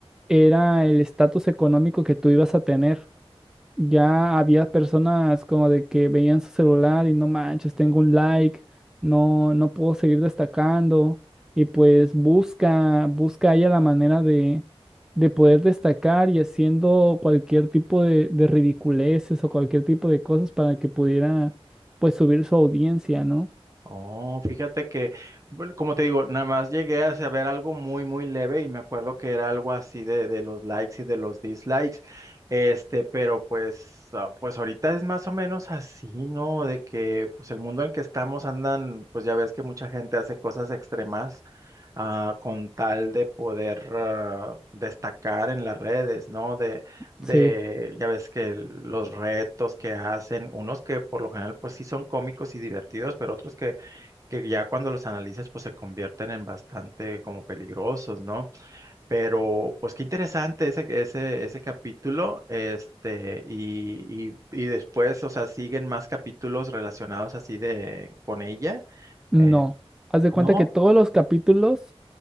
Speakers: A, in the centre; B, on the right (about 30°).
A: era el estatus económico que tú ibas a tener ya había personas como de que veían su celular y no manches, tengo un like, no, no puedo seguir destacando. Y pues busca, busca ella la manera de, de poder destacar y haciendo cualquier tipo de, de ridiculeces o cualquier tipo de cosas para que pudiera pues subir su audiencia, ¿no?
B: Oh, fíjate que, bueno, como te digo, nada más llegué a saber algo muy, muy leve y me acuerdo que era algo así de, de los likes y de los dislikes, este, pero pues, ah, pues ahorita es más o menos así, ¿no? De que, pues el mundo en que estamos andan, pues ya ves que mucha gente hace cosas extremas, ah, con tal de poder, ah, destacar en las redes, ¿no? De, de,
A: Sí,
B: ya ves que el- los retos que hacen, unos que por lo general, pues sí son cómicos y divertidos, pero otros que que ya cuando los analizas pues se convierten en bastante como peligrosos, ¿no? Pero pues qué interesante ese, ese, ese capítulo, este, y, y, y después, o sea, siguen más capítulos relacionados así de con ella,
A: no.
B: eh,
A: Haz de
B: ¿no?
A: cuenta que todos los capítulos